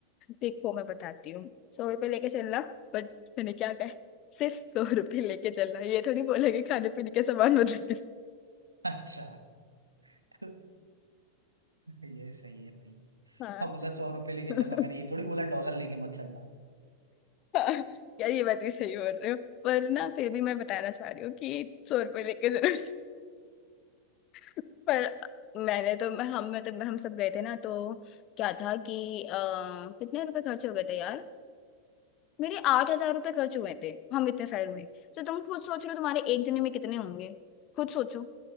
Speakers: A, on the left (about 35°); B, on the right (about 85°).
A: देखो मैं बताती हूँ सौ रुपए लेके चलना बट मैंने क्या कहा है? सिर्फ सौ रुपए लेके चलना ये थोड़ी बोला कि खाने पीने के सामान मत लेके
B: अच्छा <laughs> ये सही है भाई
A: हाँ
B: और बोला सौ रुपये लेके
A: <laughs>
B: चलना मैंने ये थोड़ी बोला डॉलर लेके मत चलना
A: <laughs> हाँ, यार ये बात भी सही बोल रहे हो पर ना फिर भी मैं बताना चाह रही हूँ कि सौ रुपये लेके जरूर से- <laughs> पर मैंने तो हम मतलब हम सब गए थे ना तो क्या था कि आ, कितने रुपए खर्च हो गए थे यार मेरे आठ हजार रुपये खर्च हुए थे हम इतने सारे में तो तुम खुद सोच रहे हो तुम्हारे एक जने में कितने होंगे खुद सोचो